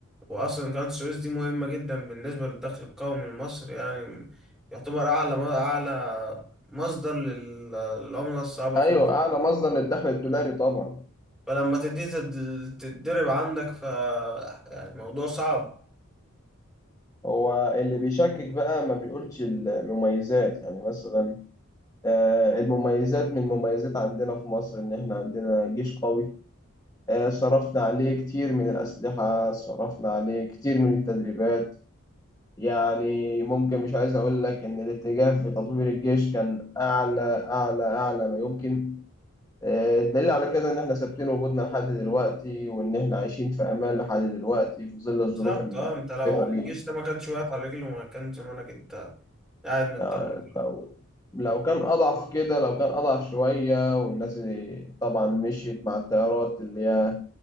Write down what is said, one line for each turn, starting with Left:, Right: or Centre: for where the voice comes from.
Centre: واصلا قناة السويس دي مهمة جدا بالنسبة للدخل القومي لمصر يعني يعتبر اعلى اعلى مصدر لل- للعملة الصعبة
Left: ايوه
Centre: في مصر
Left: اعلى مصدر للدخل الدولاري طبعا
Centre: فلما تدي تد- تتضرب عندك ف يعني موضوع صعب
Left: هو اللي بيشكك بقى ما بيقولش المميزات يعني مثلا آه، المميزات من مميزات عندنا في مصر ان احنا عندنا جيش قوي آه، صرفنا عليه كتير من الاسلحه صرفنا عليه كتير من التدريبات يعني ممكن مش عايز اقول لك ان الاتجاه في تطوير الجيش كان اعلى اعلى اعلى ما يمكن الدليل على كده إن إحنا ثابتين وجودنا لحد دلوقتي وإن إحنا عايشين في أمان لحد دلوقتي في ظل
Centre: بالظبط
Left: الظروف المحيطة
Centre: اه انت لو الجيش
Left: بينا.
Centre: ده ما كانش واقف على رجله ما كان زمانك انت قاعد مطمن
Left: آه، لو كان أضعف كده لو كان أضعف شوية والناس اللي طبعا مشيت مع التيارات اللي هي